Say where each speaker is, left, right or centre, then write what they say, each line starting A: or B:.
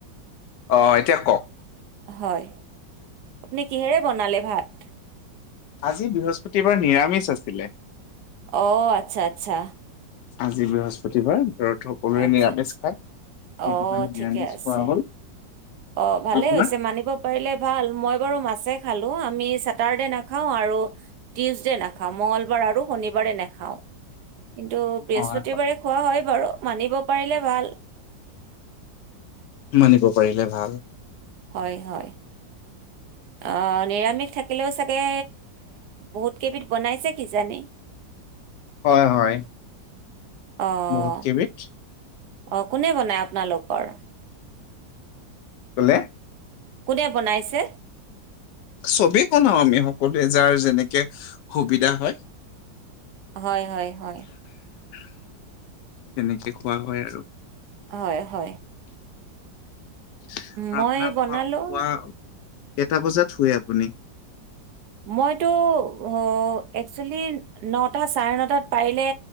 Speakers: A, on the left (about 70°); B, on the right (about 65°).
A: অ', এতিয়া কওঁক।
B: হয়। আপুনি কিহেৰে বনালে ভাত?
A: আজি বৃহস্পতিবাৰ, নিৰামিষ আছিলে।
B: অ', আচ্ছা আচ্ছা।
A: আজি বৃহস্পতিবাৰ, ব্ৰত। সকলোৱে
B: আচ্ছা
A: নিৰামিষ
B: আচ্ছা
A: খায়, সেইটো
B: অ
A: কাৰণে
B: ঠিকে
A: নিৰামিষ
B: আছে
A: খোৱা হ'ল।
B: অ', ভালে
A: আপোনাৰ
B: হৈছে মানিব পাৰিলে ভাল, মই বাৰু মাছে খালোঁ। আমি চাটাৰডে নাখাওঁ আৰু টিউচডে নাখাওঁ। মঙলবাৰ আৰু শনিবাৰে নাখাওঁ। কিন্তু বৃহস্পতিবাৰে
A: হয়
B: খোৱা হয় বাৰু, মানিব পাৰিলে ভাল।
A: মানিব পাৰিলে ভাল।
B: হয়, হয়। অ', নিৰামিষ থাকিলেও চাগে বহুত কেইবিধ বনাইছে কিজানি।
A: হয়, হয়।
B: অ'।
A: বহুত কেইবিধ
B: অ', কোনে বনায় আপোনালোকৰ?
A: কি ক'লে?
B: কোনে বনাইছে?
A: চবেই বনাও আমি, সকলোৱে। যাৰ যেনেকে সুবিধা হয়।
B: হয়, হয়, হয়।
A: <inaudible> তেনেকে খোৱা হয় আৰু।
B: হয়, হয়।
A: আৰু
B: মই
A: আপোনাৰ পুৱা-পুৱা,
B: বনালো
A: কেইটা বজাত শুইয়ে আপুনি?
B: মইতো, অ', একচুৱেলি নটা চাৰে নটাত পাৰিলে